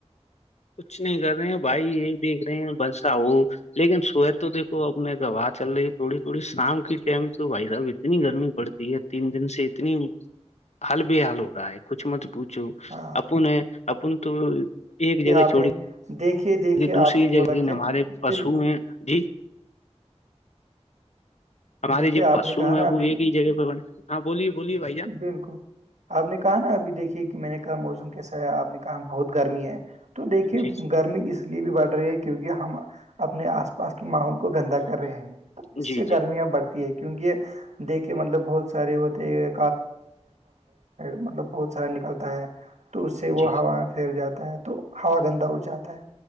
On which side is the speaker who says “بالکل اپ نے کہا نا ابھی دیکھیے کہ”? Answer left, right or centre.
Right